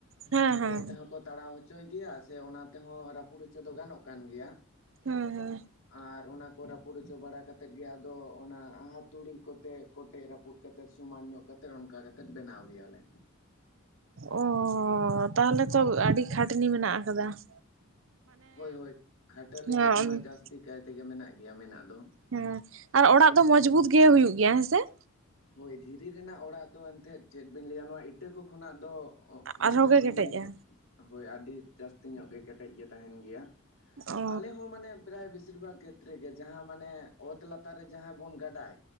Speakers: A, on the right; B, on the left.
A: ᱦᱮᱸ
B: ᱚᱱᱟ ᱠᱚ
A: ᱦᱮᱸ
B: ᱛᱮᱦᱚᱸ ᱠᱚ, ᱛᱟᱲᱟᱣ ᱦᱚᱪᱚᱭ ᱜᱮᱭᱟ, ᱥᱮ ᱚᱱᱟ ᱛᱮᱦᱚᱸ, ᱨᱟᱹᱯᱩᱫ ᱦᱚᱪᱚ ᱫᱚ, ᱜᱟᱱᱚᱜ ᱠᱟᱱ ᱜᱮᱭᱟ
A: ᱦᱮᱸ
B: ᱾
A: ᱦᱮᱸ
B: ᱟᱨ, ᱚᱱᱟ ᱠᱚ, ᱨᱟᱹᱯᱩᱫ ᱦᱚᱪᱚ, ᱵᱟᱲᱟ ᱠᱟᱛᱮᱫ ᱜᱮ, ᱟᱫᱚ ᱚᱱᱟ, ᱦᱟᱛᱩᱲᱤ ᱠᱚᱛᱮ, ᱠᱚᱴᱮᱡ ᱨᱟᱹᱯᱩᱫ ᱠᱟᱛᱮᱫ, ᱥᱚᱢᱟᱱ ᱧᱚᱜ ᱠᱟᱛᱮᱜ, ᱚᱱᱠᱟ ᱠᱟᱛᱮᱫ, ᱵᱮᱱᱟᱣ ᱜᱮᱭᱟᱞᱮ ᱾
A: ᱚᱻᱦᱦ ᱛᱟᱦᱚᱞᱮ ᱛᱚ, ᱟᱹᱰᱤ ᱠᱷᱟᱹᱴᱱᱤ ᱢᱮᱱᱟᱜ ᱟᱠᱟᱫᱟ ᱾
B: ᱦᱳᱭ ᱦᱳᱭ, ᱠᱷᱟᱴᱟᱞᱤ
A: ᱦᱮᱸ
B: ᱫᱚ, ᱫᱚᱢᱮ ᱡᱟᱹᱥᱛᱤ ᱠᱟᱭ ᱛᱮᱜᱮ, ᱢᱮᱱᱟᱜ ᱜᱮᱭᱟ, ᱢᱮᱱᱟᱜ ᱫᱚ ᱾
A: ᱦᱮᱸ, ᱟᱨ ᱚᱲᱟᱜ ᱫᱚ, ᱢᱚᱸᱡᱽᱵᱩᱛ ᱜᱮ, ᱦᱩᱭᱩᱜ ᱜᱮᱭᱟ, ᱦᱮᱸᱥᱮ ᱾
B: ᱦᱳᱭ! ᱫᱷᱤᱨᱤ ᱨᱮᱱᱟᱜ, ᱚᱲᱟᱜ ᱫᱚ, ᱮᱱᱛᱮᱫ ᱪᱮᱫ? ᱵᱤᱱ ᱞᱟᱹᱭᱟ ᱾ ᱱᱚᱣᱟ, ᱤᱴᱟᱹ ᱠᱚ, ᱠᱷᱚᱱᱟᱜ ᱫᱚ, ᱚᱜ,
A: ᱟᱨᱦᱚᱸ
B: ᱵᱷᱟᱹᱜᱤ
A: ᱜᱮ ᱠᱮᱴᱮᱡᱼᱟ
B: ᱦᱳᱭ! ᱟᱹᱰᱤ ᱡᱟᱹᱥᱛᱤ ᱧᱚᱜ ᱜᱮ, ᱠᱮᱴᱮᱡ ᱜᱮ, ᱛᱟᱦᱮᱱ ᱜᱮᱭᱟ ᱾
A: ᱚ
B: ᱟᱞᱮ ᱦᱚᱸ, ᱢᱟᱱᱮ, ᱯᱨᱟᱭ ᱵᱮᱥᱤ ᱪᱨᱤᱵᱟ ᱠᱷᱮᱛᱨᱮ ᱜᱮ, ᱡᱟᱦᱟᱸ ᱢᱟᱱᱮ, ᱚᱛ ᱞᱟᱛᱟᱨ ᱨᱮ, ᱡᱟᱦᱟᱸ ᱵᱚᱱ, ᱜᱟᱰᱟᱭ